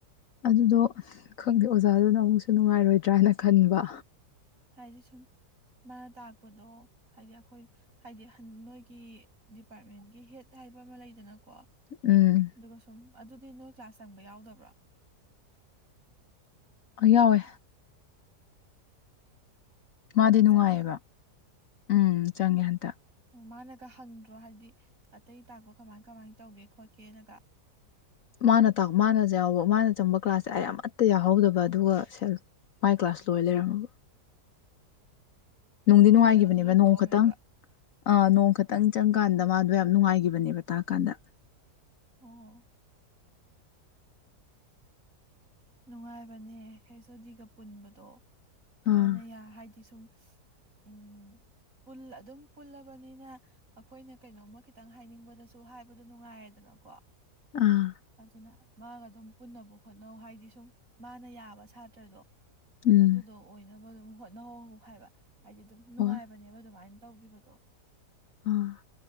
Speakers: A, on the left (about 60°); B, on the right (about 55°).
A: ꯑꯗꯨꯗꯣ ꯈꯪꯗꯦ ꯑꯣꯖꯥꯗꯨꯅ ꯑꯃꯨꯛꯁꯨ ꯅꯨꯡꯉꯥꯏꯔꯣꯏꯗ꯭ꯔꯥꯅ ꯈꯟꯕ꯫
B: ꯍꯥꯏꯗꯤ ꯁꯨꯝ ꯃꯥꯅ ꯇꯥꯛꯄꯗꯣ ꯍꯥꯏꯗꯤ ꯑꯈꯣꯏ ꯍꯥꯏꯗꯤ ꯍꯟ ꯅꯣꯏꯒꯤ ꯗꯤꯄꯥꯔꯠꯃꯦꯟꯒꯤ ꯍꯦꯠ ꯍꯥꯏꯕ ꯑꯃ ꯂꯩꯗꯅꯀꯣ
A: ꯎꯝ꯫
B: ꯑꯗꯨꯒ ꯁꯨꯝ ꯑꯗꯨꯗꯤ ꯅꯣꯏ ꯀ꯭ꯂꯥꯁ ꯆꯪꯕ ꯌꯥꯎꯗꯕ꯭ꯔꯥ
A: ꯀꯣ ꯌꯥꯎꯋꯦ꯫ ꯃꯥꯗꯤ
B: ꯍꯟꯗꯛ
A: ꯅꯨꯡꯉꯥꯏꯌꯦꯕ
B: ꯆꯪꯕ꯭ꯔꯥ
A: ꯎꯝ ꯆꯪꯉꯦ ꯍꯟꯇ
B: ꯑꯣ ꯃꯥꯅꯒ ꯍꯪꯗ꯭ꯔꯣ ꯍꯥꯏꯗꯤ ꯑꯇꯩ ꯇꯥꯛꯄ ꯀꯃꯥꯏ ꯀꯃꯥꯏ ꯇꯧꯒꯦ ꯈꯣꯠꯀꯦꯅꯒ꯫
A: ꯃꯥꯅ ꯇꯥꯛ ꯃꯥꯅ ꯌꯥꯎꯕ ꯃꯥꯅ ꯆꯪꯕ ꯀ꯭ꯂꯥꯁꯁꯦ ꯑꯩ ꯑꯃꯠꯇ ꯌꯥꯎꯍꯧꯗꯕ ꯑꯗꯨꯒ ꯃꯥꯏ ꯀ꯭ꯂꯥꯁ ꯂꯣꯏ ꯂꯩꯔꯝꯃꯕ ꯅꯨꯡꯗꯤ
B: ꯑꯣ
A: ꯅꯨꯡꯉꯥꯏꯈꯤꯕꯅꯦꯕꯥ
B: ꯁꯦꯂꯦꯕꯁꯁꯨ ꯂꯣꯏꯊꯣꯛꯑꯝꯃꯦꯕ
A: ꯅꯣꯡ ꯈꯠꯇꯪ ꯑ ꯅꯣꯡ ꯈꯠꯇꯪ ꯆꯪꯀꯥꯟꯗ
B: ꯑꯣ
A: ꯃꯥꯗꯣ ꯌꯥꯝ ꯅꯨꯡꯉꯥꯏꯒꯤꯕꯅꯦꯕꯥ ꯇꯥꯛꯑꯀꯥꯟꯗ
B: ꯑꯣ ꯅꯨꯡꯉꯥꯏꯕꯅꯦ ꯍꯦ ꯁꯣꯗꯤꯒ ꯄꯨꯟꯕꯗꯣ ꯃꯥꯅ
A: ꯑꯥ
B: ꯌꯥ ꯍꯥꯏꯗꯤ ꯁꯨꯝ꯫ ꯎꯝ ꯑꯗꯨꯝ ꯄꯨꯜꯂꯕꯅꯤꯅ ꯑꯩꯈꯣꯏꯅ ꯀꯩꯅꯣꯝꯃ ꯈꯤꯇꯪ ꯍꯥꯏꯅꯤꯡꯕꯗꯁꯨ ꯍꯥꯏꯕꯗꯣ ꯅꯨꯡꯉꯥꯏꯔꯦꯗꯅꯀꯣ
A: ꯑꯥ
B: ꯑꯗꯨꯅ ꯃꯥꯒ ꯑꯗꯨꯝ ꯄꯨꯟꯅꯕ ꯍꯣꯠꯅꯧ ꯍꯥꯏꯗꯤꯁ ꯁꯨꯝ ꯃꯥꯅ ꯌꯥꯕ ꯁꯥꯇ꯭ꯔꯗꯣ
A: ꯎꯝ
B: ꯑꯗꯨꯗꯣ ꯑꯣꯏꯅꯕ ꯑꯗꯨꯝ ꯍꯣꯠꯅꯍꯧ ꯍꯥꯏꯕ ꯍꯥꯏꯗꯤ ꯗꯨꯝ ꯅꯨꯡꯉꯥꯏꯕꯅꯦꯕ
A: ꯍꯣꯏ
B: ꯗꯨꯃꯥꯏꯟ ꯇꯧꯈꯤꯕꯗꯣ
A: ꯑꯥ